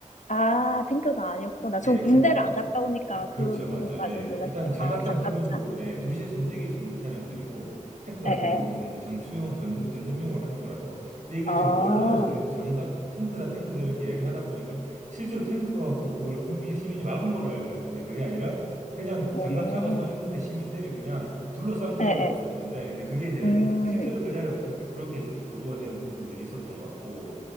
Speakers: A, on the left (about 65°); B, on the right (about 70°).
A: 아, 탱크가 아니었구나. 전
B: 예,
A: 군대를
B: 그,
A: 안 갔다 오니까
B: 그렇죠,
A: 그 부분까지는
B: 맞죠. 예.
A: 몰랐어요.
B: 일단 장갑차는
A: 아, 장갑차.
B: 기본적으로 예, 도시에서 움직일 수 있는 차량들이고 탱크 같은
A: 예, 예.
B: 경우는 이제 전투용 전, 전쟁용을 하는 거라서 근데 이게
A: 아,
B: 지금 언론에서 계속 장갑 탱크다 탱크다 이렇게 얘기를 하다 보니까 실제로 탱크가 갖고 그걸 국민 시민이 막은 걸로 알고 있는데 그게 아니라 그냥
A: 오.
B: 장갑차가 서 있는데 시민들이 그냥 둘러싼 거였었는데
A: 예, 예.
B: 이제 그게 이제
A: 음,
B: 실제로 그 자리에 없으니까 그렇게 이제 또 보도가 되는 부분들이 있었던 것 같고